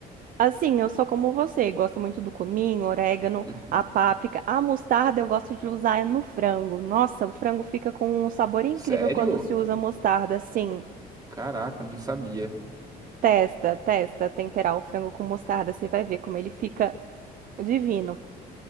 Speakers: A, on the right; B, on the right.
A: Assim, eu sou como você, gosto muito do cominho, orégano,
B: Uhum.
A: a páprica, a mostarda eu gosto de usar no frango. Nossa, o frango fica com um sabor incrível
B: Sério?
A: quando se usa mostarda, assim.
B: Caraca, não sabia.
A: Testa, testa, temperar o frango com mostarda, você vai ver como ele fica divino.